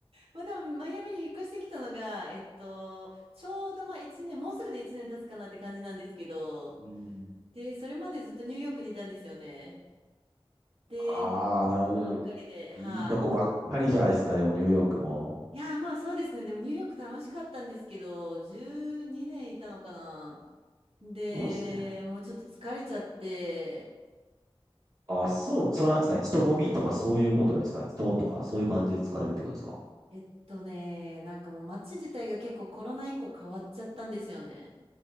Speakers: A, on the right (about 75°); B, on the right (about 35°).
A: まあでも、マイアミに引っ越してきたのが、えっと、ちょうどまあ1年、もうすぐで1年経つかなって感じなんですけど、
B: ん
A: で、それまでずっとニューヨークにいたんですよね。で、
B: ああ、
A: 引っ越し
B: なる、
A: たばっかりで、はい。
B: いいとこばっかりじゃないですか、でもニューヨークも。
A: いやー、まあそうですね。でもニューヨーク楽しかったんですけど、12年いたのかな。で、
B: そうですね。
A: もうちょっと疲れちゃって、
B: あ、そう、それなんですか、人混みとかそういうことですか、人とかそういう感じで疲れるってことですか。
A: えっとね、なんかもう街自体が結構コロナ以降変わっちゃったんですよね。